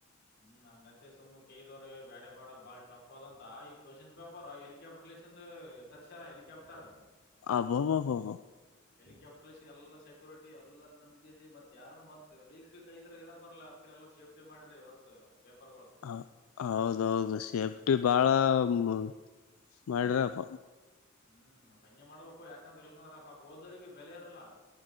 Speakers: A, on the left (about 55°); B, on the left (about 85°).
A: ಹ್ಮ ಹಂಗಂತ ಸುಮ್ಮ ಕೆದವ್ರೆ ಬ್ಯಾಡ ಬೇಡ ಬಾಳ ಟಪ್ ಆದ ಅಂತ ಈ ಕ್ವಶನ್ ಪೇಪರ್ ಹೆಲಿಕಾಪ್ಟರ್ ಲೇಸಿಂದ ತರ್ಷರ ಹೆಲಿಕಾಪ್ಟರ್
B: ಅಬ್ಬ ಅಬ ಬ ಬ
A: ಹೆಲಿಕಾಪ್ಟರ್ ಲಿಸಿ ಎಲ್ಲ ಸೆಕ್ಯೂರಿಟಿ ಎಲ್ಲ ತಂದ ಕೆಸಿ ಮತ್ತ ಯಾರು ಮತ್ತ ಲೀಕ ಗಿಕ ಆಗಿದ್ರ ಹೇಳಕ್ ಬರ್ಲ್ಲ. ಎಲ್ಲಾ ಸೇಫ್ಟಿ ಮಾಡಿರಿ ವರ್ಸ್ ಪೇಪರ್ಗಳು.
B: ಹ ಹೌದೌದ ಸೇಫ್ಟಿ ಬಾಳ ಮ ಮಾಡ್ರಪ್ಪ
A: ಹ್ಮ ಅತ್ತ ಹಂಗೆ ಮಾಡ್ಬೇಕು ಯಾಕಂತೇಳ್ಕೊಂಡ್ರ ಪಾಪ ಓದರಿಗೆ ಬೆಲೆ ಇರಲ್ಲ.